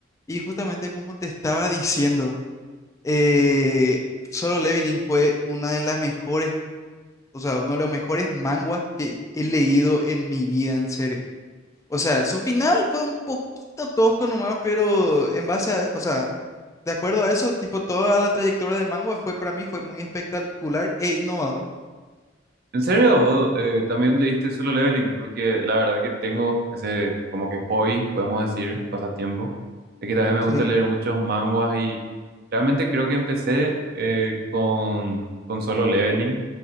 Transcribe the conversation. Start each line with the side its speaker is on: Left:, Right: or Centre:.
Left: Y justamente como te estaba diciendo, eh, Solo Leveling fue una de las mejores, o sea, uno de los mejores manguas que he leído en mi vida, en serio. O sea, su final fue un poquito tosco nomás, pero en base a, o sea, de acuerdo a eso, tipo, toda la trayectoria del manga fue para mí fue muy espectacular e innovador.
Right: ¿En serio? ¿Vos, eh, también leíste Solo Leveling? Porque la verdad que tengo ese como que hobby, podemos decir, pasatiempo. Es que también me
Left: Sí.
Right: gusta leer
Left: Sí.
Right: muchos manguas y realmente creo que empecé eh, con, con Solo Leveling.